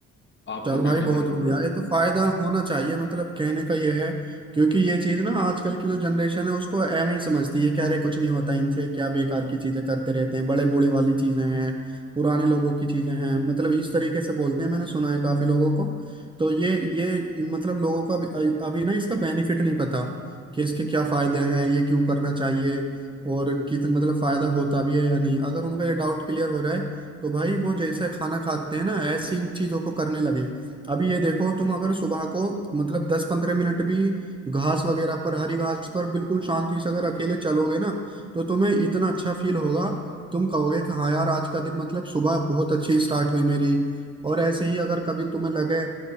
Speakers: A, on the left (about 40°); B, on the right (about 15°).
A: आपको
B: चल
A: क्या
B: भाई
A: क्या
B: बहुत
A: बेनिफिट
B: बढ़िया
A: हुआ है भाई
B: ये तो फायदा होना चाहिए मतलब कहने का ये है क्योंकि ये चीज ना आजकल की जो जनरेशन है उसको एम ही समझती है क्या अरे कुछ नहीं होता इनसे क्या बेकार की चीजें करते रहते हैं बड़े बूढ़े वाली चीजें हैं पुराने लोगों की चीजें हैं मतलब इस तरीके से बोलते हैं मैंने सुना है काफी लोगों को तो ये ये मतलब लोगों को अभी, अभी ना इसका बेनिफिट नहीं पता कि इसके क्या फायदे हैं ये क्यों करना चाहिए और कितना मतलब फायदा होता भी है या नहीं अगर उनका ये डाउट क्लियर हो जाए तो भाई वो जैसे खाना खाते हैं ना ऐसी इन चीजों को करने लगे अभी ये देखो तुम अगर सुबह को मतलब दस पंद्रह मिनट भी घास वगैरह पर हरी घास पर बिल्कुल शांति से अगर अकेले चलोगे ना तो तुम्हें इतना अच्छा फील होगा तुम कहोगे कि हाँ यार आज का दिन मतलब सुबह बहुत अच्छी स्टार्ट हुई मेरी और ऐसे ही अगर कभी तुम्हें लगे